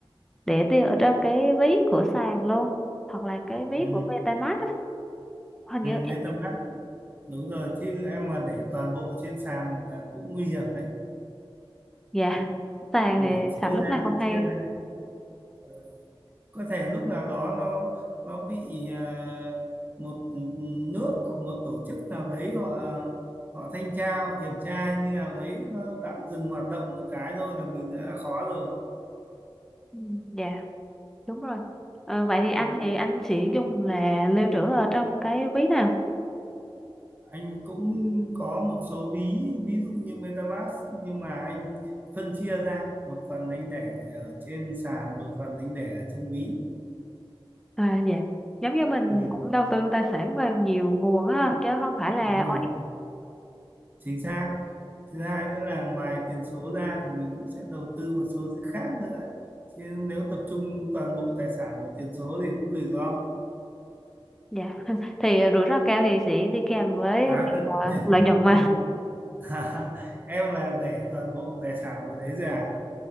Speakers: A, in the centre; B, on the right.
A: để tiền ở trong cái ví của sàn luôn hoặc là cái ví
B: ừ.
A: của MetaMask á hình
B: Ừ,
A: như em
B: MetaMask đúng rồi chứ em mà để toàn bộ trên sàn là cũng nguy hiểm đấy
A: dạ <laughs> sàn
B: Mình
A: thì
B: phải
A: sạch
B: chia
A: lúc
B: ra
A: nào không hay
B: chia ra Ờ, có thể lúc nào đó nó nó bị ờ, một nước hoặc một tổ chức nào đấy họ ờ, họ thanh tra họ kiểm tra như nào đấy nó tạm dừng hoạt động một cái thôi là mình rất là khó rồi
A: Ừ, dạ đúng rồi Ờ, vậy thì anh
B: Ừ.
A: thì anh sẽ dùng là lưu trữ ở trong cái ví nào
B: anh cũng có một số ví ví dụ như MetaMask nhưng mà anh phân chia ra một phần anh để ở trên sàn một phần anh để ở trong ví
A: à dạ giống như mình
B: ừ,
A: cũng đầu tư tài sản vào nhiều nguồn á chứ không phải là
B: đúng rồi. chính xác thứ hai nữa là ngoài tiền số ra thì mình cũng sẽ đầu tư một số thứ khác nữa chứ nếu tập trung toàn bộ tài sản vào tiền số thì cũng rủi ro
A: dạ <laughs> thì ờ, rủi ro cao thì sẽ đi kèm với
B: à,
A: việc
B: tất...
A: ờ, lợi nhuận mà
B: nhiên <laughs> em là để toàn bộ tài sản vào đấy rồi à